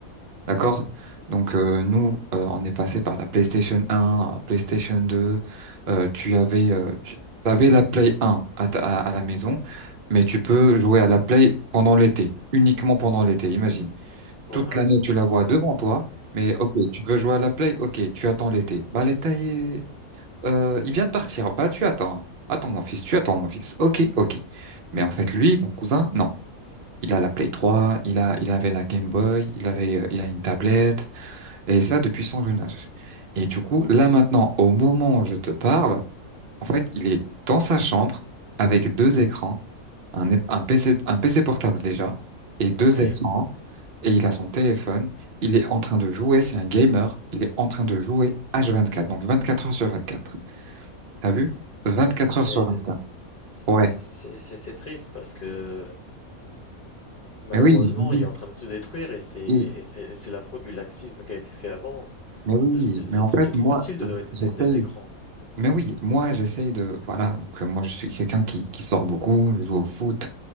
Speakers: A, on the right; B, on the left.
A: D'accord? Donc euh, nous, euh, on est passé par la PlayStation 1, euh, PlayStation 2. euh, tu avais, euh, tu avais la Play 1 à, ta- à, à la maison, mais tu peux jouer à la Play pendant l'été, uniquement pendant l'été. Imagine,
B: voilà,
A: toute l'année tu la vois devant toi, mais ok, tu veux jouer à la Play, ok, tu attends l'été. Bah l'été, euh, il vient de partir. Bah tu attends, hein. attends mon fils, tu attends mon fils. Ok, ok. Mais en fait lui, mon cousin, non. Il a la Play 3, il a, il avait la Game Boy, il avait, euh, il a une tablette. Et ça depuis son jeune âge. Et du coup, là maintenant, au moment où je te parle, en fait, il est dans sa chambre avec deux écrans, un, é- un PC, un PC portable déjà, et deux
B: ouais.
A: écrans, et il a son téléphone, il est en train de jouer, c'est un gamer, il est en train de jouer H24, donc 24 heures sur 24. T'as vu? 24
B: Ah, C'est
A: heures sur 24.
B: c'est-
A: Ouais.
B: c'est- c'est- c'est- triste parce que malheureusement,
A: Mais oui, mais oui,
B: il est en train de se détruire et c'est et
A: oui,
B: c'est et c'est la faute du laxisme qui a été fait avant.
A: mais oui,
B: Euh, C'est
A: mais
B: c'est
A: en
B: trop,
A: fait,
B: c'est trop
A: moi,
B: facile de donner des,
A: j'essaye.
B: é- des écrans.
A: Mais oui, moi, j'essaye de, voilà, donc, euh, moi, je suis quelqu'un qui, qui sort beaucoup, je joue au foot,